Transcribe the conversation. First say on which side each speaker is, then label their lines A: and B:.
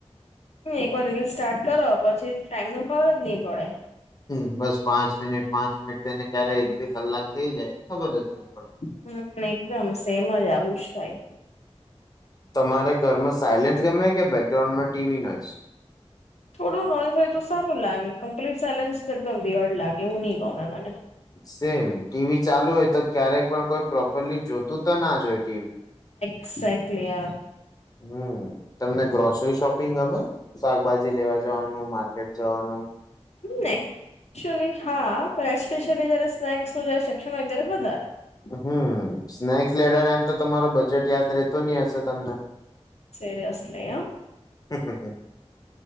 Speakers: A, on the left (about 75°); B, on the left (about 35°).
A: હમ એકવાર રીલ સ્ટાર્ટ કરો પછી ટાઈમ નું ખબર જ નહી પડે.
B: હમ બસ પાંચ મિનિટ પાંચ મિનિટ થઈને ક્યારે એક બે કલાક થઇ જાય, ખબર જ પડે
A: હમ એકદમ સેમ. મજા આવું જ થાય.
B: તમારે ઘરમાં સાઈલેન્ટસ ગમે કે બેકગ્રાઉન્ડમાં ટીવી નોઇસ?
A: થોડું નોઈઝ હોય તો સારું લાગે કમ્પ્લીટ સાયલેન્સ તો એકદમ વિર્ડ લાગે એવું નહી ગમે મને.
B: સેમ ટીવી ચાલુ હોય તો ક્યારેક પણ કોઈ પ્રો ભલી જોતું તો ના જોઈ.
A: સાસ. કલિયાાર.
B: હમ. તમને ગ્રોસરી શોપિંગ ગમે? શાકભાજી લેવા જવાનું માર્કેટ જવાનું?
A: નઈ અક્ટયુઅલી હા, એપેશયલી જયારે સ્નેક્સ ન જ સેક્શન હોય ત્યારે વધારે.
B: હમ સ્નેક્સ લેડર એમ તો તમારો બજેટ યાદ રહેતો નહી હશે તમને.
A: સરી અસ લયા.
B: હમ હમ!